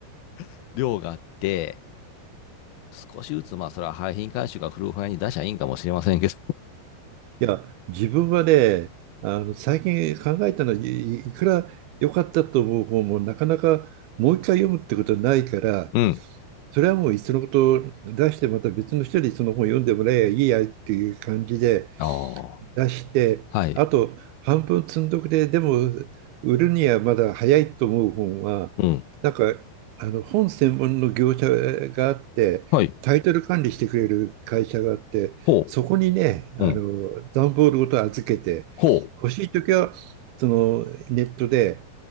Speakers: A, on the left; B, on the right.
A: <laughs> 量があって、少しずつ、まあ、それは廃品回収がフルファイに出しゃいいんかもしれませんけど。
B: いや、自分はね、あの最近考えたのはいいくら良かったと思う本もなかなかもう一回読むってことはないから、
A: うん。
B: それはもういっそのこと出してまた別の人にその本読んでもらえばいいやっていう感じで、
A: ああ。
B: 出して、
A: はい。
B: あと半分積んどくれ、でも売るにはまだ早いと思う本は、
A: うん。
B: なんかあの本専門の業者があって、
A: はい。
B: タイトル管理してくれる会社があって、
A: ほ
B: そこにね、
A: う。
B: あの段ボールごと預けて、
A: うん。ほう。
B: 欲しいときはそのネットで